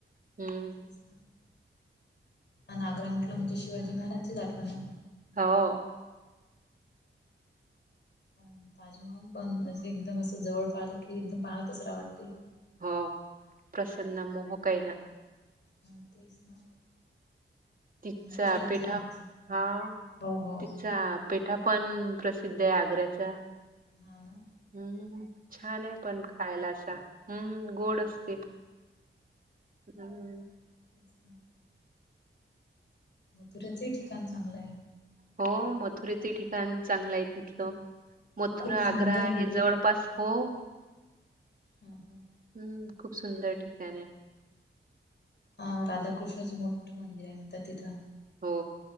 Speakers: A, on the right; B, on the left.
A: हम्म.
B: तेच आणि आग्रा म्हटलं म्हणजे शिवाजी महाराजची च आठवण आहे
A: हो
B: आणि ताजमहल पण एकदम असं जवळ पाहिलं की एकदम पाहतच रहाव वाटतंय.
A: हो प्रसन्न मोह काय ना
B: हा तेच ना
A: तिचा
B: मथुऱ्याचे
A: पेठा
B: पण तस
A: हा
B: हो हो
A: तिचा पेठा पण प्रसिद्ध आहे आग्र्याचा
B: हो ना
A: हम्म हम्म हम्म छान आहे पण खायला असा हम्म गोड असते हम्म
B: असा तुऱ्याचही ठिकाण चांगलं आहे
A: हो मथुरेचे ठिकाण चांगलं आहे तिथलं
B: हम्म.
A: मथुरा
B: खूप सुंदर
A: आग्रा
B: मंदिर
A: हे जवळपास हो
B: हा हा
A: हम्म खूप सुंदर ठिकाण आहे
B: हा राधाकृष्णाचं मोठं मंदिर आहे म्हणतात तिथं
A: हो